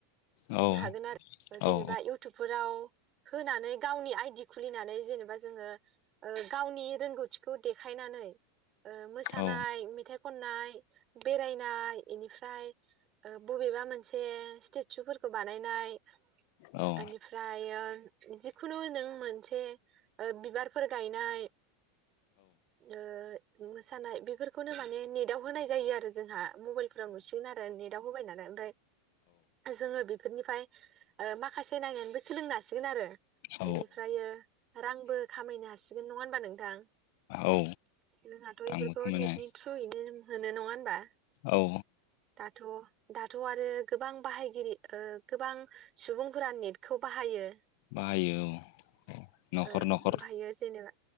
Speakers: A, on the left; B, on the right.
A: औ औ
B: नो हागोन आरो
A: औ
B: जेनेबा
A: औ
B: इउटुबफोराव। होनानै गावनि आइदि खुलिनानै जेनेबा जोङो गावनि रोंगौथिखौ देखायनानै। ओ मोसानाय
A: औ
B: मेथाइ खननाय। <inaudible> बेरायनाय बेनिफ्राय। बबेबा मोनसे स्टेचुफोर। खौ बानायनाय।
A: औ
B: बेनिफ्राय जिखुनु नों मोनसे। से बिबारफोर गायनाय। ओ। मोसानाय बेफोरखौनो माने नेटाव होनाय जायो आरो जोंहा। मबाइल फोराव नुसिगोन आरो नेट। नेटआव होबाय नालाय ओमफ्राय। जोङो बे। बेफोरनिफ्राय माखासे नायनानैबो सोलोंनो हासिगोन आरो।
A: औ
B: बेनिफ्राय रांबो खामायनो हासिगोन नङा होनबा नों। थां
A: औ
B: जोंहाथ'
A: आंबो
B: इफोरखौ
A: खामायनो
B: नेटनि थ्रुयैनो जों। होनो नङा होनबा।
A: औ।
B: दाथ' दाथ' आरो गोबां बाहायगिरि। ओ गोबां सुबुंफोरा नेटखौ बाहायो।
A: बाहायो औ औ न'खर
B: ओं
A: न'खर।
B: ओमफायो जेनेबा